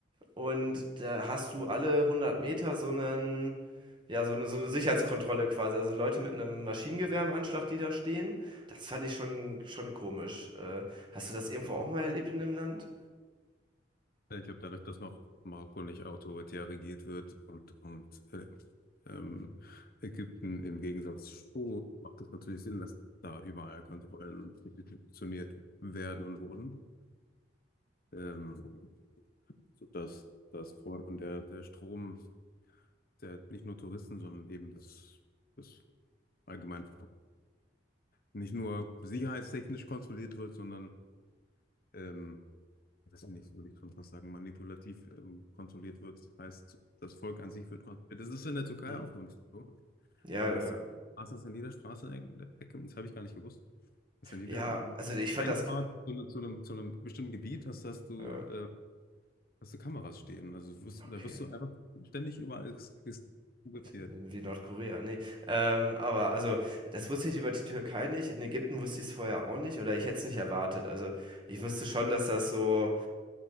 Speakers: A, on the right (about 25°); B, on the left (about 55°).
A: Und da hast du alle 100 Meter so einen, ja, so eine, so eine Sicherheitskontrolle quasi. Also Leute mit einem Maschinengewehr im Anschlag, die da stehen. Das fand ich schon, schon komisch. Äh, hast du das irgendwo auch mal erlebt in dem Land?
B: Ja, Ich glaube, dadurch, dass noch Marokko nicht autoritär regiert wird und, und äh, ähm, Ägypten im Gegensatz zu, macht es natürlich Sinn, dass da überall Kontrollen institutioniert werden und wurden, ähm, sodass das Volk und der, der Strom, der nicht nur Touristen, sondern eben das, das allgemein nicht nur sicherheitstechnisch kontrolliert wird, sondern ähm, das finde ich, würde ich schon fast sagen, manipulativ ähm, kontrolliert wird. Das Heißt, das Volk an sich wird kontrolliert. Das ist in der Türkei
A: Hm.
B: auch so ein bisschen so.
A: Ja,
B: Ja,
A: ja.
B: Was was ist in jeder Straßenecke, das habe ich gar nicht gewusst, was in jeder
A: Ja,
B: ähm,
A: also ich fand
B: Einfahrt
A: das.
B: zu, ne- zu, einem, zu einem bestimmten Gebiet hast, hast du,
A: Ja,
B: äh, hast du Kameras stehen. Also wirst,
A: okay.
B: da wirst du einfach ständig überall ges- ges- fotografiert.
A: Wie Nordkorea. Nee. Ähm, aber also, das wusste ich über die Türkei nicht. In Ägypten wusste ich es vorher auch nicht. Oder ich hätte es nicht erwartet. Also ich wusste schon, dass das so